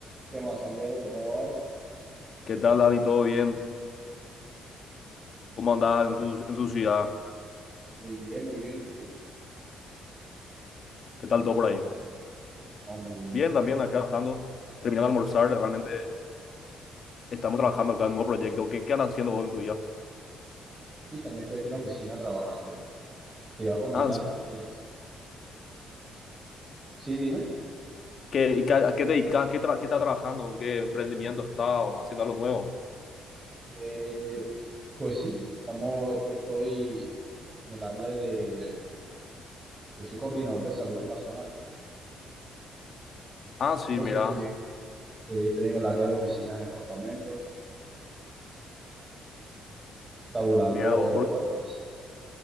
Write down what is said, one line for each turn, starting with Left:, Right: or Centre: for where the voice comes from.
Right: ¿Qué más, Ángelo? ¿Cómo vas?
Left: ¿Qué tal, Dani? ¿Todo bien? ¿Cómo andás
Right: Pues,
Left: en tu, en tu ciudad?
Right: muy bien, muy bien. ¿Y tú?
Left: ¿Qué tal todo por ahí?
Right: Oh, muy bien.
Left: Bien, también acá trabajando, terminando de almorzar. Realmente estamos trabajando acá en un nuevo proyecto. ¿Qué, qué andas haciendo vos en tu vida?
Right: Sí, también estoy aquí en la oficina trabajando. Te iba a comentar.
Left: Ah, ¿en serio?
Right: eh, sí, dime.
Left: ¿qué, y qué- a qué te dedicas? ¿Qué, tra- qué estás trabajando? ¿En qué emprendimiento estás? ¿O ¿Haciendo algo nuevo?
Right: Eh, pues sí, estamos, yo estoy en el área de... Yo soy coordinador de salud ocupacional.
Left: Ah, sí,
Right: Entonces,
Left: mira.
Right: sí, estoy, estoy en el área de oficinas en estos momentos, tabulando
Left: Mira vos,
Right: encuestas.